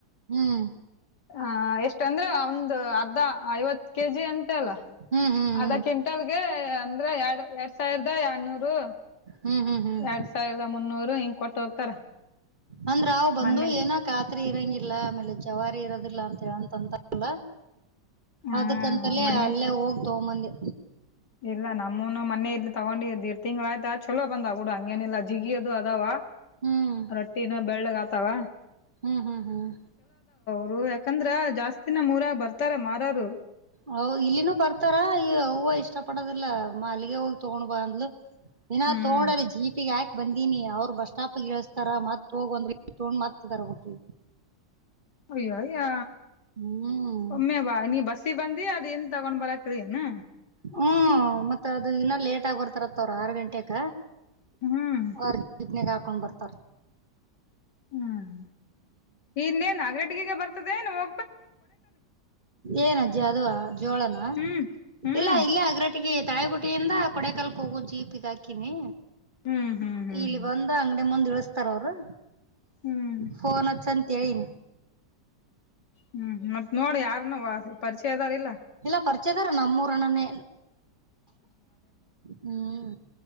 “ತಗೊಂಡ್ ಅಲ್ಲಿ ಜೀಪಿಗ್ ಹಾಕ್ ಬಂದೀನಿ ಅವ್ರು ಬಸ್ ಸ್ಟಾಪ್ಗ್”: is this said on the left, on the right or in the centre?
Right